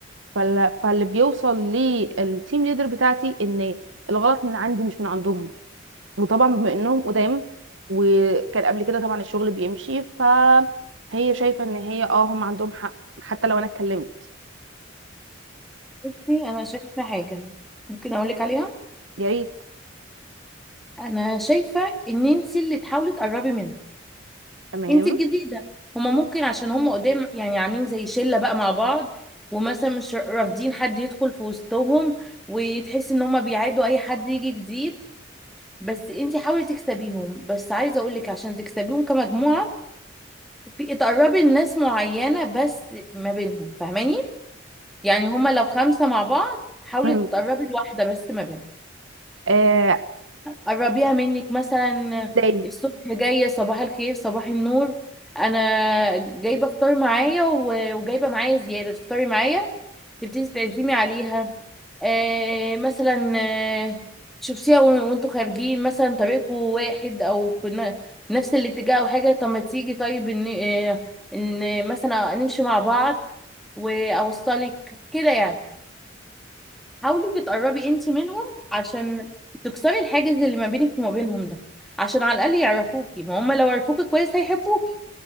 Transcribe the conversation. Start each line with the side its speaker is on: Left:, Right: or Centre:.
Right: فال... فاللي بيوصل للتيم ليدر بتاعتي ان الغلط من عندي مش من عندهم وطبعا بما انهم قدام وكان قبل كده طبعا الشغل بيمشي فهي شايفه ان هي اه هم عندهم حق حتى لو انا اتكلمت
Centre: بصي أنا شايفة حاجة ممكن أقولك عليها
Right: فيا ريت
Centre: أنا شايفة إن أنت اللي تحاولي تقربي منهم
Right: تمام
Centre: أنت الجديدة هما ممكن عشان هما قدام يعني عاملين زي شلة بقى مع بعض ومثلا مش رافضين حد يدخل في وسطهم وتحسي إن هما بيعادوا أي حد يجي جديد بس انت حاولي تكسبيهم بس عايزه اقول لك عشان تكسبيهم كمجموعه في تقربي الناس معينه بس ما بينهم فاهماني يعني هما لو خمسة مع بعض حاولي
Right: مم.
Centre: تقربي لواحدة بس ما بينهم
Right: آه
Centre: قربيها منك مثلا
Right: ازاي
Centre: الصبح جاية صباح الخير صباح النور أنا جايبة فطار معايا و- وجايبة معايا زيادة تفطري معايا تبتدي تعزمي عليها آه مثلا آه شوفيها وان- وانتوا خارجين مثلا طريقكم واحد أو في ن- نفس الاتجاه أو حاجة طب ما تيجي طيب إن آه إن مثلا نمشي مع بعض وأوصلك كده يعني حاولي تتقربي انتي منهم عشان تكسري الحاجز اللي ما بينك وما بينهم ده عشان على الاقل يعرفوكي ما هم لو عرفوكي كويس هيحبوكي